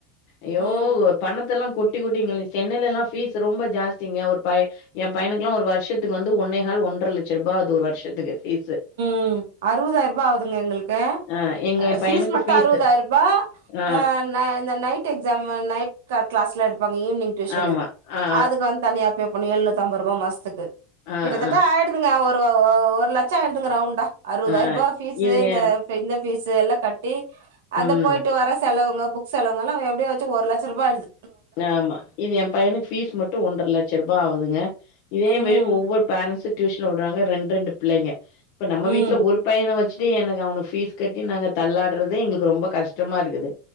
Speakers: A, on the left; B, on the right.
A: ஐயோ
B: ம்
A: பணத்தெல்லா கொட்டி கொட்டிங்க சென்னைலல்லா பீஸ் ரொம்ப ஜாஸ்திங்க ஒரு பை எ பையனுக்கெல்லா ஒரு வருஷ த்துக்கு வந்து ஒன்னே கால் ஒன்ற லச்ச ரூபா ஆது ஒரு வருஷத்துக்கு பீஸூ
B: ம் அறுவதாயிரூபா ஆவுதுங்க எங்களுக்கு
A: ஆ எங்க பையனுக்கு
B: பீஸ் மட்டு
A: ஃபீஸு.
B: அறுவதாயிரூபா
A: ஆ,
B: அ இந் இந்த நைட்டு எக்ஸமு நைட் க்ள க்ளஸ்லா எடுப்பாங்க ஈவ்னிங் டியூஷனு
A: ஆமா. ஆ,
B: அதுக்கு வந் தனியா பே பண்ண எழுநூத்தம்பது ரூபா மாஸ்துக்கு
A: ஆ,
B: கிட்டத்தட்ட
A: ஆ, ஆ,
B: ஆய்டுத்துங்க ஒரு ஒரு லச் சோ ஆய்டுதுங்கற ரவுண்டா அறுவதாயிரூபா
A: ஆ.
B: பீஸ்சு
A: இது
B: இந்த
A: என்
B: இப்ப இந்த பீஸ் எல்லா கட்டி அது
A: ம்.
B: போய்ட்டு வர செலவுங்க புக் செலவுங்கல்லா எப்டிய வச்சு ஒரு லச்ச ரூபா ஆய்டுது
A: ஆமா இது எ பையனுக்கு ஃபீஸ் மட்டு ஒன்ற லச்ச ரூபா ஆவுதுங்க இதே
B: ம்
A: மாரி ஒவ்வொரு பேரன்ஸு டியூஷன்ல விடுறாங்க ரெண்டு ரெண்டு பிள்ளைங்க இப்ப நம்ம
B: ம்
A: வீட்ல ஒரு பையன வச் சி எனக்கு அவன பீஸ் கட்டி நாங்க தள்ளாடுறது எங்களுக்கு ரொம்ப கஷ்டமா இருக்குது